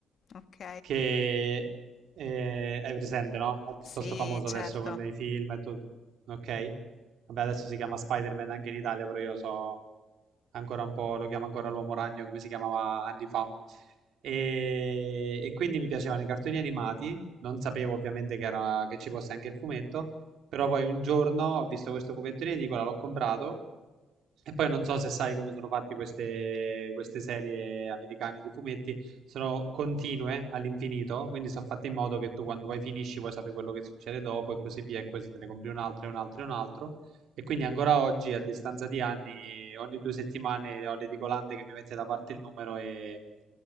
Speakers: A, on the left; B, on the right.
A: ok?
B: che eh, è presente, no? È piuttosto
A: Sì,
B: famoso
A: certo.
B: adesso con i film e tutto. Ok? Vabbè, adesso si chiama Spider-Man anche in Italia, però io so ancora un po', lo chiamo ancora l'Uomo Ragno come si chiamava anni fa. E, e quindi mi piacevano i cartoni animati, non sapevo ovviamente che, era- che ci fosse anche il fumetto, però poi un giorno ho visto questo fumetto in edicola, l'ho comprato e poi non so se sai come sono fatte queste, queste serie americane di fumetti, sono continue all'infinito, quindi sono fatte in modo che tu quando poi finisci puoi sapere quello che succede dopo e così via, e questo te ne compri un altro e un altro e un altro. E quindi ancora oggi, a distanza di anni, ogni due settimane ho l'edicolante che mi mette da parte il numero e,